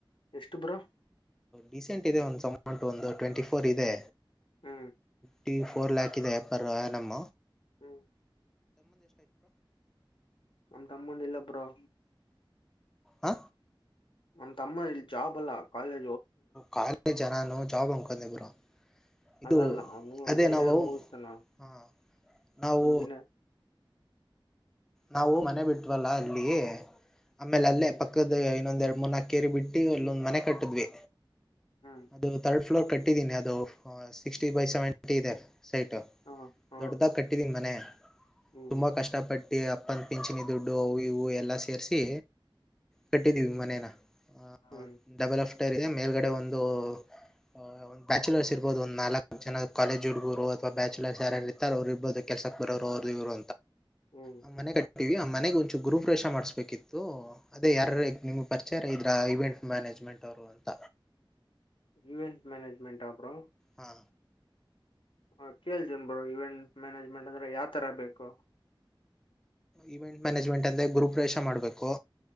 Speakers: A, on the left; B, in the centre.
A: ಎಷ್ಟು ಬ್ರೋ
B: ಡಿಸೆಂಟ್ ಇದೆ ಒಂದ ಸೆ <unintelligible> ಮೌಂಟ್ ಒಂದು ಟ್ವೆಂಟಿ ಫೋರ್ ಇದೆ.
A: ಹ್ಮ.
B: ಟಿ ಫೋರ್ ಲ್ಯಾಕ್ ಇದೆ ಪರ್ ಏನಮ್
A: ಹ್ಮ ನಮ್ಮ ತಮ್ಮದ ಇಲ್ಲ ಬ್ರೋ.
B: ಆ
A: ನಮ್ಮ ತಮ್ಮ ಇಲ್ ಜಾಬ್ ಅಲ್ಲಾ ಕಾಲೇ
B: ಕಾಲೇಜ್ ನಾನು ಜಾಬ್ ಅನ್ಕೊಂದೆ ಬ್ರೋ. ಇದು
A: ಅಲ್ಲಲ್ಲ ಅವನು
B: ಅದೇ
A: ಇಂಜಿನಿಯರ್
B: ನಾವು
A: ಮುಗಿಸ್ತಾನ
B: ಹ ನಾವು
A: ಇಂಜಿನಿಯರ್
B: ನಾವು ಮನೆ ಬಿಟ್ವಲ್ಲ ಅಲ್ಲಿ ಆಮೇಲೆ ಅಲ್ಲೇ ಪಕ್ಕದ ಇನ್ನೊಂದ ಎರಡ್ ಮೂರ ನಾಕ್ ಕೇರಿ ಬಿಟ್ಟಿ ಅಲ್ಲೊಂದ ಮನೆ ಕಟ್ಟಿದ್ವಿ.
A: ಹ್ಮ್
B: ಅದು ಥರ್ಡ್ ಫ್ಲೋರ್ ಕಟ್ಟಿದ್ದೀನಿ ಅದು ಅ ಸಿಕ್ಸ್ಟಿ ಬೈ ಸೆವೆಂಟಿ ಇದೆ ಸೈಟ್
A: ಹಾ ಹಾ
B: ದೊಡ್ಡದಾಗ ಕಟ್ಟಿದೀನ ಮನೆ
A: ಹ್ಮ್
B: ತುಂಬಾ ಕಷ್ಟ ಪಟ್ಟ ಅಪ್ಪನ ಪಿಂಚಣಿ ದುಡ್ಡು ಅವು ಇವು ಎಲ್ಲಾ ಸೇರ್ಸಿ ಕಟ್ಟಿದಿವಿ ಮನೇನ ಆ
A: ಹ್ಮ್
B: ಆ ಡಬಲ್ ಆಫ್ಟರ್ ಇದೆ ಮೇಲ್ಗಡೆ ಒಂದು ಒ ಬ್ಯಾಚುಲರ್ಸ್ ಇರ್ಬದು ಒಂದ ನಾಲ್ಕ ಜನ ಕಾಲೇಜ್ ಹುಡುಗರು ಅಥವಾ ಬ್ಯಾಚುಲರ್ಸ್ ಯಾರರ ಇತ ಅವರ ಇಬ್ಬ ಕೆಲಸಕ್ಕ ಬರೋರು ಅವರು ಇರು
A: ಹ್ಮ್
B: ಆ ಮನೆ ಕಟ್ಟೀವಿ ಆ ಮನೆಗ ಒಂಚು ಗುರು ಪ್ರವೇಶ ಮಾಡ್ಸ್ಬೇಕಿತ್ತು. ಅದೇ ಯಾರಾರ ನಿಮ್ ಪರಿಚರ ಇದ್ರ ಇವೆಂಟ್ ಮ್ಯಾನೇಜ್ಮೆಂಟ್ ಅವರು ಅಂತ
A: ಈವೆಂಟ್ ಮನೇಜ್ಮೆಂಟ್ ಬ್ರೋ.
B: ಹ್ಞಾ.
A: ಹ ಕೇಳ್ತನ್ ಬ್ರೋ ಇವೆಂಟ್ ಮ್ಯಾನೇಜ್ಮೆಂಟ್ ಅಂದ್ರ ಯಾವ ತರಬೇಕು.
B: ಈವೆಂಟ್ ಮ್ಯಾನೇಜ್ಮೆಂಟ್ ಅಂದ್ರೆ ಗ್ರೂ ಪ್ರವೇಶ ಮಾಡ್ಬೇಕು.